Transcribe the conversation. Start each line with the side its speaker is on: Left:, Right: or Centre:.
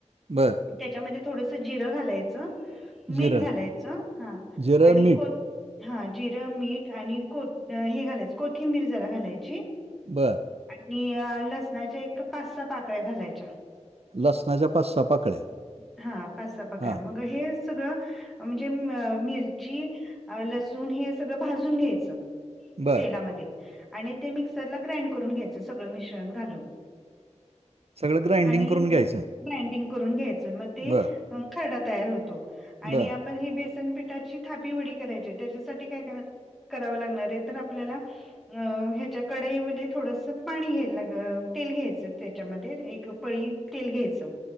Right: बरं.
Centre: त्याच्यामध्ये, थोडंसं जिरं घालायचं, मीठ
Right: जिरं
Centre: घालायचं, हं
Right: जिरं
Centre: आणि
Right: मीठ
Centre: कोत हा, जिरं, मीठ आणि कूट हे घालायचं, कोथिंबीर जरा घालायची.
Right: बरं.
Centre: आणि लसणाच्या, एक पाच सा पाकळ्या, घालायच्या.
Right: लसणाच्या पाच सहा पाकळ्या
Centre: हा, पाचसा पकळ्या,
Right: हा
Centre: मग हेच सगळ, म्हणजे म-मिरची, अ लसूण हे सगळं भाजून घ्यायचं.
Right: बर
Centre: तेलामध्ये आणि ते मिक्सरला ग्राईंड करून घ्यायचं, सगळं मिश्रण घालून
Right: सगळं ग्राइंडिंग
Centre: आणि
Right: करून घ्यायचं
Centre: ग्राईडिंग करून घ्यायच, मग ते
Right: बर
Centre: खरडा तयार होतो, आणि
Right: बर
Centre: आपण हे बेसनपिठाची, थापी वडी करायचीत. त्याच्यासाठी, काय करा-कराव लागणार ये, तर आपल्याला अ ह्याच्या कडईमध्ये, थोडंसं पाणी घ्यायला लाग, तेल घ्यायचं, त्याच्यामध्ये एक पळी तेल घ्यायचं